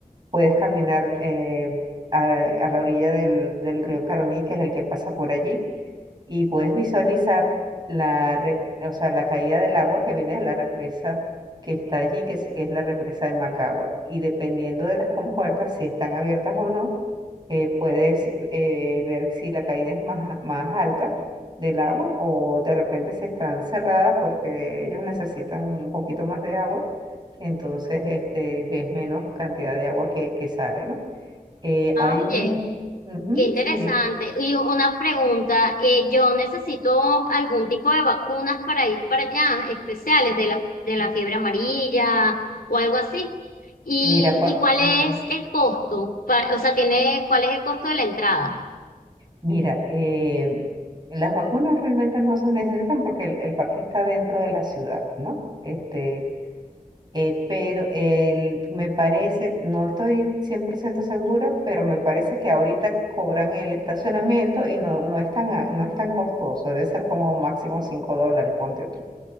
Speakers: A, on the right; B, on the left.
A: Puedes caminar eh, a, a la orilla del, del río Caroní, que es el que pasa por allí, y puedes visualizar la, re- o sea, la caída del agua que viene de la represa que está allí, que es, que es la represa de Macagua. Y dependiendo de las compuertas, si están abiertas o no, eh, puedes eh, ver si la caída es más, más alta del agua o de repente si están cerradas porque ellos necesitan un poquito más de agua. Entonces, este, ves menos cantidad de agua que, que sale, ¿no? Eh,
B: Ah,
A: hay un...
B: oye.
A: ujú,
B: Qué interesante.
A: sí,
B: Y una pregunta, eh, yo necesito algún tipo de vacunas para ir para allá, especiales de la, de la fiebre amarilla o algo así. ¿Y,
A: mira, pa-
B: y cuál
A: ajá.
B: es el costo? Pa- o sea, tiene, ¿cuál es el costo de la entrada?
A: Mira, eh, las vacunas realmente no se necesitan porque el, el parque está dentro de la ciudad, ¿no? Este, eh, pero el, me parece, no estoy 100% segura, pero me parece que ahorita cobran el estacionamiento y no, no es tan, a- no es tan costoso, debe ser como máximo 5 dólares, ponte tú.